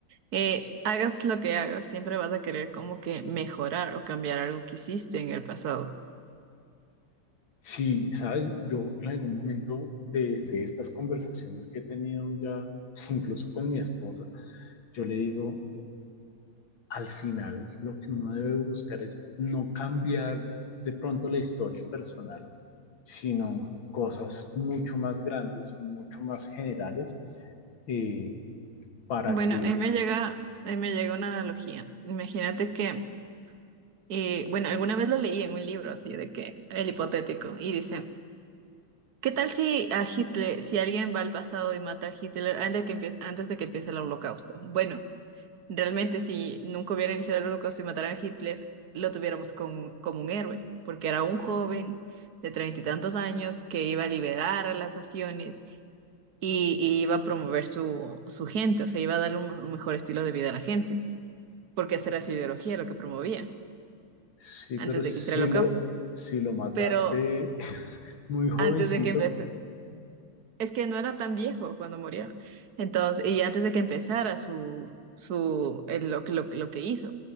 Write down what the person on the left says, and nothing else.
Si, sabes, yo en algún momento de, de estas conversaciones que he tenido ya, incluso con mi esposa, yo le digo, al final lo que uno debe buscar es no cambiar de pronto la historia personal, sino cosas mucho más grandes, mucho más generales, eh, para
que,
sí, pero
si
lo, si lo mataste
<laughs> muy jovencito,